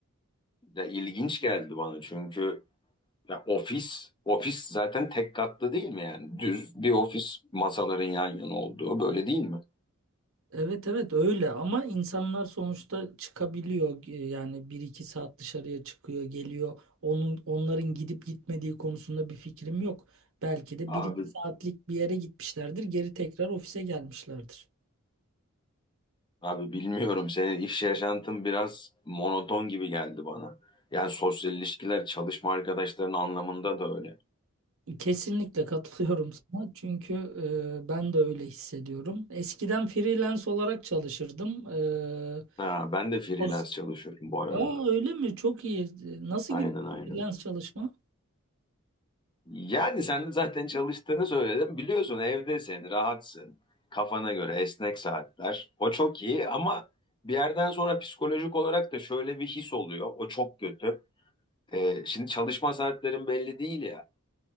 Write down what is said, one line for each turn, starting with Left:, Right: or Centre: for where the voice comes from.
Left: Ya ilginç geldi bana çünkü ya ofis ofis zaten tek katlı değil mi yani? Düz bir ofis masaların yan yana olduğu böyle değil mi?
Right: Evet evet öyle ama insanlar sonuçta çıkabiliyor E, yani bir iki saat dışarıya çıkıyor geliyor onun onların gidip gitmediği konusunda bir fikrim yok belki de
Left: Abi
Right: bir iki saatlik bir yere gitmişlerdir geri tekrar ofise gelmişlerdir.
Left: abi bilmiyorum senin iş yaşantın biraz monoton gibi geldi bana. Yani sosyal ilişkiler çalışma arkadaşlarının anlamında da öyle.
Right: Kesinlikle katılıyorum <laughs> sana çünkü e, ben de öyle hissediyorum. Eskiden freelance olarak çalışırdım. E,
Left: Ha, ben de freelance
Right: o-
Left: çalışıyorum bu arada.
Right: Aa, öyle mi? Çok iyi. Nasıl
Left: Aynen
Right: gidiyor
Left: aynen.
Right: freelance çalışma?
Left: Yani sen de zaten çalıştığını söyledim. Biliyorsun evdesin, rahatsın. Kafana göre esnek saatler. O çok iyi ama bir yerden sonra psikolojik olarak da şöyle bir his oluyor. O çok kötü. Ee, şimdi çalışma saatlerin belli değil ya.